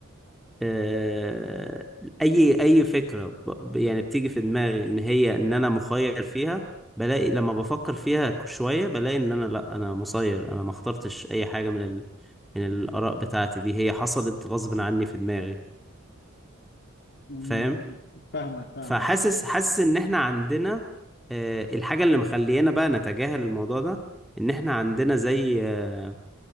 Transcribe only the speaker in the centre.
آه، اي اي فكره ب- يعني بتيجي في دماغي ان هي ان انا مخير فيها بلاقي لما بفكر فيها ك- شويه بلاقي ان انا لا انا مسير انا ما اخترتش اي حاجه من ال... من الاراء بتاعتي دي هي حصلت غصب عني في دماغي
فاهم
فحاسس حاسس ان احنا عندنا آه، الحاجه اللي مخلينا بقى نتجاهل الموضوع ده ان احنا عندنا زي آه،